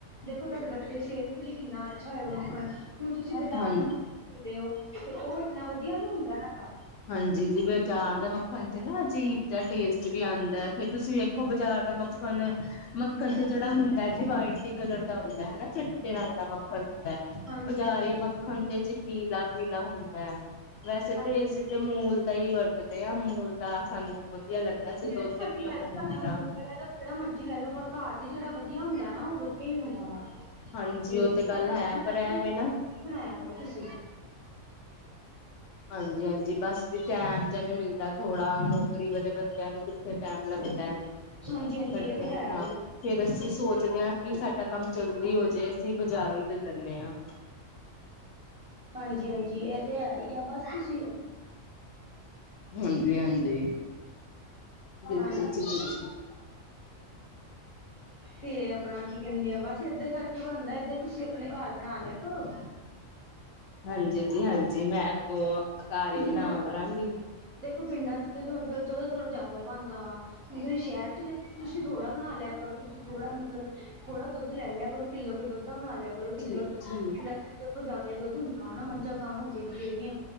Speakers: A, on the right (about 25°); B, on the left (about 70°).
A: ਦੇਖੋ ਤੁਹਾਡੇ ਬੱਚੇ ਦੀ ਸਿਹਤ ਲਈ ਕਿੰਨਾ ਅੱਛਾ ਹੋਏਗਾ ਮੱਖਣ। ਹੁਣ ਤੁਸੀਂ ਬਾਜ਼ਾਰ
B: ਏ ਹਾਂਜੀ।
A: ਦਾ ਮਖ ਦੇਂਦੇ ਉਹ ਤੇ ਉਹ ਇੰਨਾ ਵਧੀਆ ਨੀ ਹੁੰਦਾ ਹੈਗਾ।
B: ਹਾਂਜੀ ਜੀ ਬਾਜ਼ਾਰ ਦਾ ਮੱਖਣ। ਹਾਂਜੀ ਨਾ ਅਜੀਬ ਦਾ ਟੇਸਟ ਵੀ ਆਉਂਦਾ ਹੈ। ਫੇਰ ਤੁਸੀਂ ਵੇਖੋ ਬਾਜ਼ਾਰ ਦਾ ਮੱਖਣ ਮੱਖਣ ਤੇ ਜਿਹੜਾ ਹੁੰਦਾ ਜੀ ਵਾਈਟ ਹੀ ਕਲਰ ਦਾ ਹੁੰਦਾ। ਹਨਾ ਚਿੱਟੇ ਰੰਗ ਦਾ ਮੱਖਣ ਹੁੰਦਾ
A: ਹਾਂਜੀ
B: ਬਜ਼ਾਰੀ
A: ਹਾਂਜੀ
B: ਮੱਖਣ ਤੇ ਜੀ ਪੀਲਾ ਪੀਲਾ ਹੁੰਦਾ ਹੈ ਵੈਸੇ
A: ਹਾਂਜੀ
B: ਤਾਂ ਇਸ
A: ਹਾਂਜੀ
B: ਅਮੂਲ ਦਾ ਹੀ ਵਰਤਦੇ ਆਮੂਲ ਦਾ ਸਾਨੂੰ ਵਧੀਆ ਲੱਗਦਾ ਸੀ
A: ਜਿਹੜਾ
B: ਦੁੱਧ
A: ਮਰਜ਼ੀ
B: ਵੀ
A: ਲੈ
B: ਅਮੂਲ
A: ਲਓ ਭਾਵੇਂ ਅਮਰੂਦ
B: ਦਾ
A: ਲੈ ਲਓ ਜਿਹੜਾ ਮਰਜੀੀ ਲੈ ਲੋ ਪਰ ਘਰ ਦੀ ਜਿਹੜਾ ਵਧੀਆ ਹੁੰਦਾ ਨਾ ਉਹ ਵਧੀਆ ਹੀ ਹੁੰਦਾ ਵਾ।
B: ਹਾਂਜੀ
A: ਜੈ
B: ਉਹ
A: ਕੀਤਾ
B: ਤੇ ਗੱਲ ਪਰ
A: ਹੈ ਤੁਹਾਨੂੰ
B: ਐਵੇਂ ਨਾ
A: ਬਣਾਇਆ ਕਰੋ ਤੁਸੀਂ।
B: ਹਾਂਜੀ ਹਾਂਜੀ ਬਸ ਜੀ ਟੈਮ ਜ ਨਹੀਂੀ ਮਿਲਦਾ ਥੋੜਾ ਨੌਕਰੀ ਵਾਲੇ ਬੰਦਿਆਂ ਨੂੰ ਕਿੱਥੇ ਟੈਮ ਲੱਗਦਾ।
A: ਹਾਂਜੀ ਹਾਂਜੀ
B: ਕੱਢਣ
A: ਇਹ ਤੇ ਹੈ
B: ਦਾ
A: ਹੀ ਹੈ।
B: ਫੇਰ ਅਸੀਂ ਸੋਚਦੇ ਹਾਂ, ਕਿ ਸਾਡਾ ਕੰਮ ਜਲਦੀ ਹੋ ਜਾਏ। ਅਸੀਂ ਬਾਜ਼ਾਰੋਂ ਦੇ ਲੈਂਦੇ ਹਾਂ।
A: ਹਾਂਜੀ ਹਾਂਜੀ ਇਹ ਤੇ ਹੈ ਹੀ ਆ ਬਸ ਤੁਸੀਂ
B: ਹਾਂਜੀ ਹਾਂਜੀ। ਬਿਲਕੁਲ
A: ਹਾਂਜੀ।
B: ਜੀ ਬਿਲਕੁਲ
A: ਤੇ ਆਪਣਾ ਕੀ ਕਹਿੰਦੇ ਆ ਬਸ ਏਦਾਂ ਕਰਕੇ ਕਿ ਬਣਦਾ ਏਦਾਂ, ਹੀ ਤੁਸੀਂ ਆਪਣੇ ਘਰ ਬਣਾ ਲਿਆ ਕਰੋ।
B: ਹਾਂਜੀ ਜੀ ਹਾਂਜੀ ਮੈਂ ਅੱਗੋਂ ਘਰ ਹੀ
A: ਜਿੱਦਾਂ
B: ਬਣਾਵਾਂ ਕਰਾਂਗੀ।
A: ਦੇਖੋ ਪਿੰਡਾਂ ਚ ਥੋੜ੍ਹਾ ਜ਼ਿਆਦਾ ਹੀ ਬਣਦਾ ਵਾ ਹੁਣ ਤੁਸੀਂ ਸ਼ਹਿਰ ਚ ਰਹਿੰਦੇ। ਤੁਸੀਂ ਥੋੜਾ ਬਣਾ ਲਿਆ ਕਰੋ ਤੁਸੀਂ ਥੋੜਾ ਮਤਲਬ ਥੋੜਾ ਦੁੱਧ ਲੈ ਲਿਆ ਕਰੋ। ਕਿੱਲੋ ਕੇ ਦੁੱਧ ਦਾ ਬਣਾ ਲਿਆ ਕਰੋ ਕਿੱਲੋ
B: ਠੀਕ
A: ਪਿੰਡਾਂ
B: ਠੀਕ
A: ਚ ਦੇਖੋ ਜ਼ਿਆਦਾ ਹੀ ਦੁੱਧ ਹੁੰਦਾ ਹਨਾ ਮਝਾਂ ਗਵਾਂ ਹੁੰਦੀਆਂ ਬਥੇਰੀਆਂ।